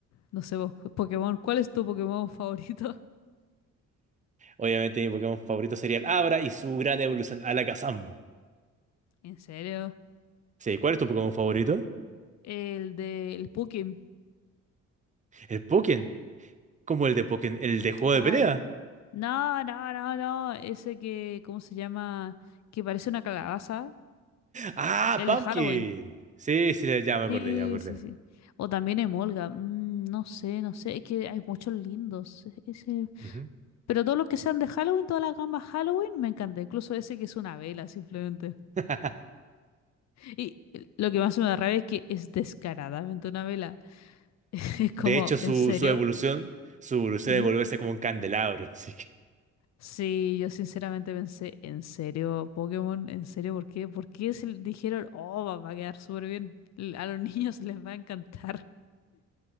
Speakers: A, on the left; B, on the right.
A: no sé, vos, Pokémon, ¿cuál es tu Pokémon favorito?
B: Obviamente mi Pokémon favorito sería el Abra y su gran evolución Alakazam.
A: <laughs> ¿En serio?
B: Sí, ¿cuál es tu Pokémon favorito?
A: El de el Pukim.
B: El Pokken. ¿Cómo el de Pokken? ¿El de juego
A: Ay,
B: de pelea?
A: no, no, no, no. Ese que, ¿cómo se llama? Que parece una calabaza.
B: ¡Ah,
A: El
B: Pumpkin!
A: de Halloween.
B: Sí, sí, ya me
A: Sí,
B: acordé, ya me acordé.
A: sí, sí. O también Emolga. Mm, no sé, no sé. Es que hay muchos lindos. E- Ese...
B: Ujú.
A: Pero todos los que sean de Halloween, todas las gamas Halloween, me encanta. Incluso ese que es una vela, simplemente.
B: <laughs>
A: Y lo que más me da rabia es que es descaradamente una vela. <laughs> Es como,
B: De hecho, su,
A: ¿en serio?
B: su evolución, su evolución
A: Ujú.
B: de volverse como un candelabro. <laughs> sí.
A: Sí, yo sinceramente pensé, ¿en serio, Pokémon? ¿En serio? ¿Por qué? ¿Por qué se le dijeron, oh, va va a quedar súper bien? L- A los <laughs> niños les va a encantar.